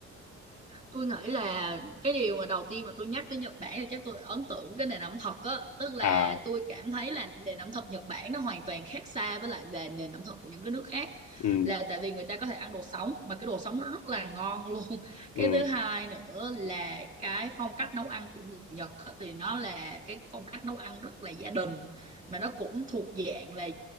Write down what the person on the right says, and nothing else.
tôi nghĩ là cái điều mà đầu tiên mà tôi nhắc tới Nhật Bản thì chắc tôi ấn tượng với cái nền ẩm thực á tức là
tôi cảm thấy là nền ẩm thực Nhật Bản nó hoàn toàn khác xa với lại là nền ẩm thực của những cái nước khác
là tại vì người ta có thể ăn đồ sống mà cái đồ sống nó rất là ngon luôn <laughs>
cái thứ hai nữa là cái phong cách nấu ăn của người Nhật á, thì nó là cái phong cách nấu ăn rất là gia đình mà nó cũng thuộc dạng là